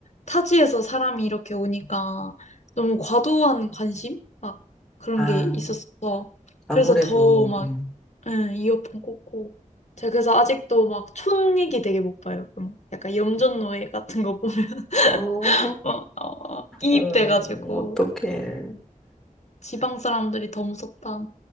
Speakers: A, on the left; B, in the centre.
A: 타지에서 사람이 이렇게 오니까 너무 과도한 관심? 막 그런
B: 아,
A: 게 있었어.
B: 아무래도,
A: 그래서 더 막,
B: 음.
A: 응 이어폰 꽂고. 제가 그래서 아직도 막 촌얘기 되게 못 봐요. 그럼 약간 염전노예 같은 거 보면 <laughs>
B: 어,
A: 막, 어, 어, 이입돼가지고
B: 음, 어떡해.
A: 지방 사람들이 더 무섭다.